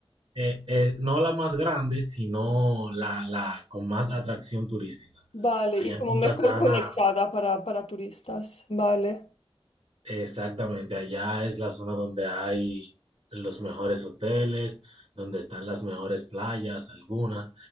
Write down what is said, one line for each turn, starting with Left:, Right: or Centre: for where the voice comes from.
Right: Eh, eh, no la más grande, sino la, la con más atracción turística.
Left: Vale,
Right: Allá
Left: y como
Right: en Punta
Left: mejor
Right: Cana,
Left: conectada para, para turistas. Vale.
Right: exactamente, allá es la zona donde hay los mejores hoteles, donde están las mejores playas, algunas.